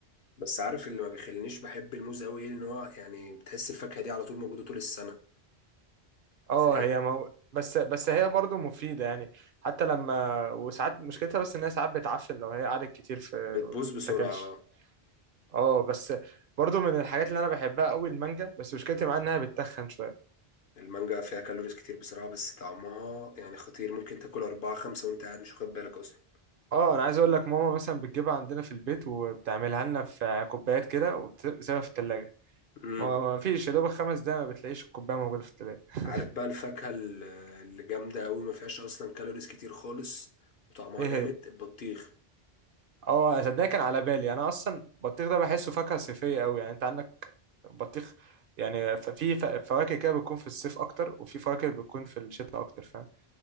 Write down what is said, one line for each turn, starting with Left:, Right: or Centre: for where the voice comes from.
Left: بس عارف اللي ما بيخلينيش بحب الموز قوي ايه ان هو يعني بتحس الفاكهة دي على طول موجودة طول السنة
Right: اه
Left: فاهم
Right: هي مو... بس بس هي برضه مفيدة يعني حتى لما وساعات مشكلتها بس انها ساعات بتعفن لو هي قعدت كتير في ما
Left: بتبوظ بسرعة
Right: بتتاكلش
Left: اه
Right: اه بس برضه من الحاجات اللي انا بحبها قوي المانجا بس مشكلتي معاها انها بتتخن شوية
Left: المانجا فيها كالوريز كتير بسرعة بس طعمها يعني خطير ممكن تاكل أربعة خمسة وأنت قاعد مش واخد بالك أصلا
Right: اه انا عايز اقول لك ماما مثلا بتجيبها عندنا في البيت وبتعملها لنا في كوبايات كده وبتسيبها في التلاجة
Left: امم
Right: ما ما فيش يا دوبك خمس دقايق ما بتلاقيش الكوباية موجودة في التلاجة <laughs>
Left: عارف بقى الفاكهة ال- اللي جامدة أوي ما فيهاش أصلا كالوريز كتير خالص وطعمها
Right: ايه
Left: جامد
Right: هي
Left: البطيخ
Right: اه صدقني كان على بالي انا اصلا البطيخ ده بحسه فاكهة صيفية قوي يعني انت عندك بطيخ يعني ف- في ف- فواكه كده بتكون في الصيف اكتر وفي فواكه بتكون في الشتاء اكتر فاهم